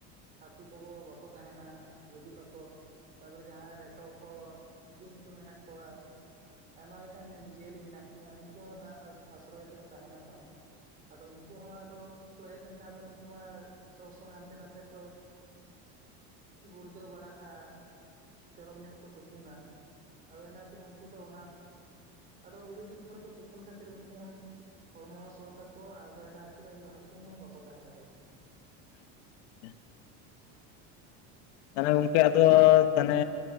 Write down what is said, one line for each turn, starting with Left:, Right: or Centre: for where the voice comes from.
Right: ᱦᱟᱹᱠᱩ ᱠᱚᱦᱚ ᱵᱟᱠᱚ ᱛᱟᱦᱮᱱᱟ ᱜᱩᱡᱩᱜ ᱟᱠᱚ ᱛᱟᱨᱯᱚᱨᱮ ᱡᱟᱦᱟᱸᱭ ᱨᱮᱴᱚ ᱠᱚ ᱵᱤᱧ ᱠᱚ ᱢᱮᱱᱟᱜ ᱠᱚᱣᱟ ᱟᱭᱢᱟ ᱞᱮᱠᱟᱱ ᱡᱤᱭᱟᱹᱞᱤ ᱢᱮᱱᱟᱜ ᱠᱟᱣᱟ ᱩᱱᱠᱩ ᱦᱚᱸ ᱫᱟᱜ ᱟᱥᱨᱚᱭ ᱛᱮᱠᱚ ᱛᱟᱦᱮᱱᱟ ᱛᱚ ᱟᱫᱚ ᱩᱱᱠᱩ ᱦᱚᱸ ᱟᱫᱚ ᱠᱚ ᱦᱮᱡ ᱞᱮᱱᱠᱷᱟᱱ ᱱᱩᱠᱩ ᱢᱟ ᱥᱚᱵ ᱥᱚᱢᱚᱭ ᱦᱟᱱᱛᱮ ᱱᱟᱛᱮ ᱠᱚ ᱜᱩᱲᱫᱟᱹ ᱵᱟᱲᱟᱜ-ᱟ ᱪᱚᱨᱚᱠ ᱧᱚᱜ ᱠᱚ ᱛᱩᱯᱩᱱᱟ ᱚᱱᱟᱛᱮ ᱩᱱᱠᱩ ᱫᱚ ᱚᱱᱟ ᱟᱫᱚ ᱩᱲᱤ ᱫᱤᱱ ᱯᱚᱨᱮ ᱠᱚ ᱛᱩᱯᱩᱱ ᱠᱷᱟᱹᱛᱤᱨ ᱩᱱᱠᱩ ᱦᱚᱸ ᱦᱚᱲᱢᱚ ᱦᱚᱸ ᱥᱚ ᱛᱟᱠᱚᱣᱟ ᱟᱫᱚ ᱚᱱᱟ ᱠᱷᱟᱹᱛᱤᱨ ᱦᱟᱹᱠᱩ ᱦᱚᱸ ᱵᱟᱠᱚ ᱛᱟᱦᱮᱸ ᱫᱟᱲᱮᱭᱟᱜ-ᱟ
Left: <unintelligible> ᱛᱟᱦᱚᱞᱮ ᱜᱚᱝᱠᱮ ᱟᱫᱚ ᱛᱟᱱᱮ